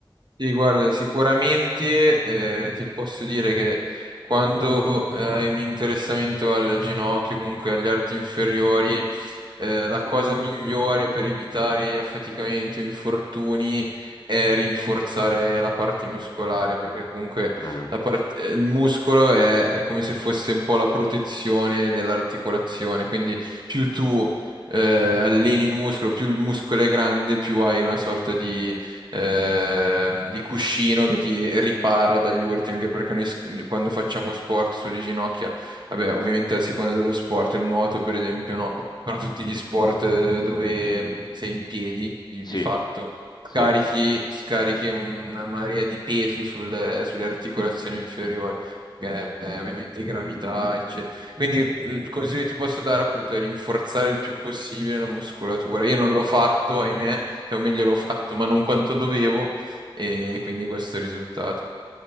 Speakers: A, on the right; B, on the left.
A: Sì, guarda, sicuramente eh, ti posso dire che quando eh, hai un interessamento al ginocchio, comunque agli arti inferiori, eh, la cosa migliore per evitare affaticamenti o infortuni è rinforzare la parte muscolare, perché comunque
B: Eh,
A: la parte- il muscolo è, è come se fosse un po' la protezione dell'articolazione, quindi più tu eh, alleni il muscolo, più il muscolo è grande, più hai una sorta di ehm, di cuscino che ti ripara dagli urti, anche perché noi sc- quando facciamo sport sulle ginocchia, vabbè, ovviamente a seconda dello sport, il nuoto per esempio no, però tutti gli sport eh, dove mh, sei in piedi, di,
B: sì.
A: di fatto, carichi,
B: Sì.
A: scarichi una marea di peso sul- sulle articolazioni inferiori. che è eh, ovviamente gravità, eccetera. Quindi mm, il consiglio che ti posso dare appunto è rinforzare il più possibile la muscolatura. Io non l'ho fatto, ahimè, cioè, o meglio, l'ho fatto, ma non quanto dovevo, e quindi questo è il risultato.